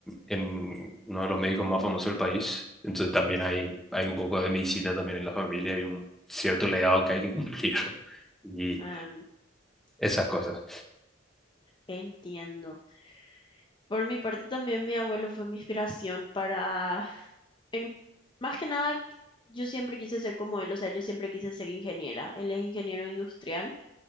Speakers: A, in the centre; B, on the left.
A: en uno de los médicos más famosos del país. Entonces también hay, hay un poco de medicina también en la familia, hay un cierto legado que hay que cumplir <laughs> y
B: Am,
A: esas
B: en-
A: cosas.
B: entiendo. Por mi parte también mi abuelo fue mi inspiración para, en- más que nada, yo siempre quise ser como él, o sea, yo siempre quise ser ingeniera. Él es ingeniero industrial